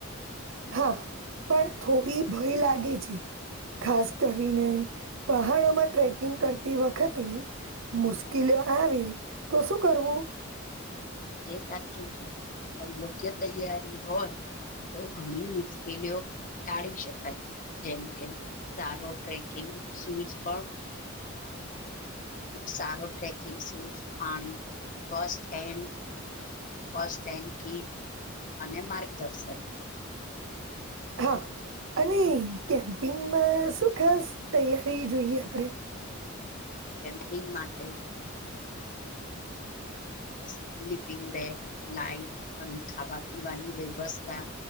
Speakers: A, on the right (about 65°); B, on the left (about 40°).
A: હા પણ થોડી ભય લાગે છે ખાસ કરીને પહાડોમાં ટ્રેકિંગ કરતી વખતે મુશ્કેલી આવી તો શું કરવું
B: એ સાચું છે પણ યોગ્ય તૈયારી હોય તો ઘણી મુશ્કેલીઓ ટાળી શકાય જેમ કે સારો ટ્રેકિંગ શૂઝ પણ સારો ટ્રેકિંગ સૂઝ પાણી ફસ્ટ હેન્ડ ફસ્ટેન્ડ કીટ અને માર્ગદર્શન
A: હા અને કેમ્પિંગમાં શું ખાસ તૈયારી જોઈએ આપણે
B: કેમ્પિંગ માટે સ્લીપિંગ બેડ લાાઈટ અને ખાવા પીવાની વ્યવસ્થા